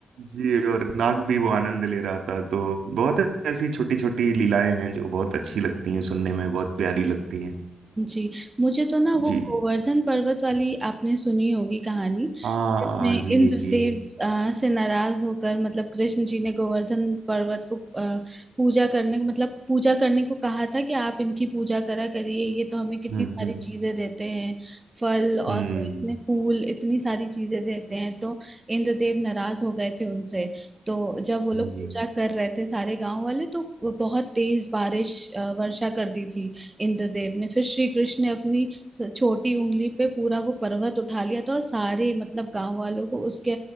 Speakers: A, on the right; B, on the right.
A: जी और नाग भी वो आनंद ले रहा था तो बहुत ऐसी छोटी छोटी लीलाएं हैं जो बहुत अच्छी लगती हैं सुनने में बहुत प्यारी लगती हैं
B: जी मुझे तो ना वो
A: जी
B: गोवर्धन पर्वत वाली आपने सुनी होगी कहानी
A: हाँ
B: जिसमें
A: जी
B: इंद्रदेव
A: जी
B: अ, से नाराज होकर मतलब कृष्ण जी ने गोवर्धन पर्वत को अ, पूजा करने मतलब पूजा करने को कहा था कि आप इनकी पूजा करा करिए ये तो हमें कितनी
A: हम्म
B: सारी
A: हम्म
B: चीजें देते हैं फल और
A: हम्म
B: इतने फूल इतनी सारी चीजें देते हैं तो इंद्रदेव नाराज हो गए थे उनसे तो जब वो लोग
A: जी
B: पूजा कर रहे थे सारे गांव वाले तो बहुत तेज बारिश अ, वर्षा कर दी थी इंद्रदेव ने फिर श्री कृष्ण ने अपनी स- छोटी उंगली पे पूरा वो पर्वत उठा लिया था और सारे मतलब गांव वालों को उसके